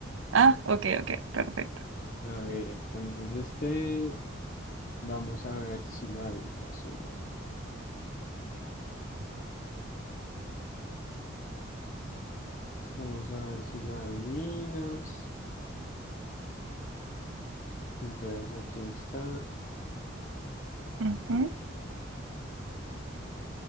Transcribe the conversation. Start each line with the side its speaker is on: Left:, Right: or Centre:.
Right: Ah, ok, ok, perfecto.
Left: A ver, entonces este, vamos a ver si lo adivinas o no. Vamos a ver si lo adivinas. Entonces aquí está,
Right: Ujú,